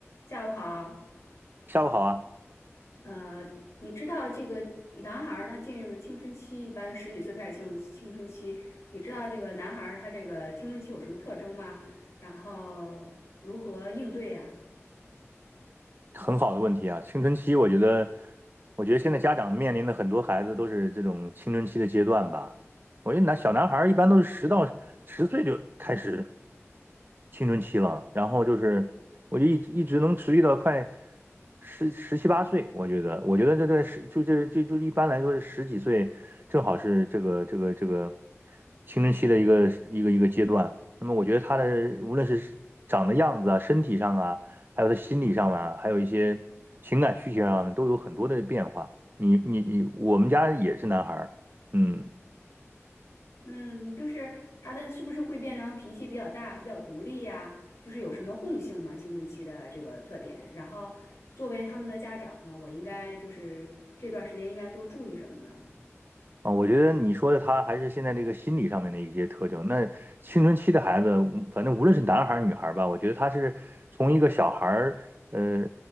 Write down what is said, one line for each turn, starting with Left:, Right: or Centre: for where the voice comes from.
Left: 下午好，
Right: 下午好啊，
Left: 呃，你知道这个男孩儿呢进入青春期，一般十几岁开始进入青春期，你知道这个男孩儿他这个青春期有什么特征吗？然后如何应对呀？
Right: 很好的问题啊。青春期，我觉得，我觉得现在家长面临的很多孩子都是这种青春期的阶段吧。我觉得男小男孩儿一般都是十到十岁就开始青春期了，然后就是我就一直一直能持续到快十十七八岁。我觉得，我觉得这这十就这就就一般来说是十几岁，正好是这个这个这个青春期的一个一个一个阶段。那么我觉得他的无论是长的样子啊，身体上啊。还有他心理上面，还有一些情感需求上面都有很多的变化。你你你，我们家也是男孩儿，嗯，
Left: 嗯，就是他的是不是会变成脾气比较大、比较独立呀？就是有什么共性吗？青春期的这个特点。然后作为他们的家长呢，我应该就是这段时间应该多注意什么呢？
Right: 啊，我觉得你说的他还是现在这个心理上面的一些特征。那青春期的孩子，嗯反正无论是男孩儿女孩儿吧，我觉得他是从一个小孩儿，呃，